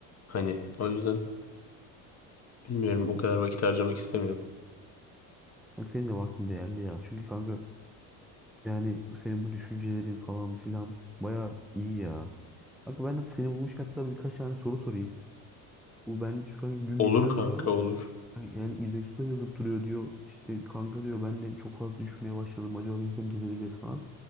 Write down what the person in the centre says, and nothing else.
Bak senin de vaktin değerli ya. Çünkü kanka Yani senin bu düşüncelerin falan filan baya iyi ya. Kanka ben de seni bulmuş hatta birkaç tane soru sorayım. Bu ben çünkü hani dün
geceden
sonra
hani yani İzek Su da yazıp duruyor diyor. İşte kanka diyor ben de çok fazla düşünmeye başladım. Acaba biz de mi delireceğiz falan.